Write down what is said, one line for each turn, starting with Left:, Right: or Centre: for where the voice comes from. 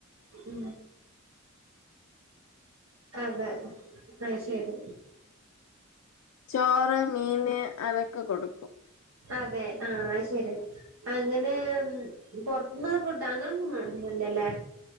Right: ഉം അതെ അയ്ശരി
Left: ചോറ് മീന് അതൊക്കെ കൊടുക്കും
Right: അതെ ആഹ് അഹ്ശരിയാണ് അങ്ങനെ പൊർത്ത്ന്ന് ഫുഡ് അങ്ങനൊന്നും വേണംന്നില്ലല്ലേ?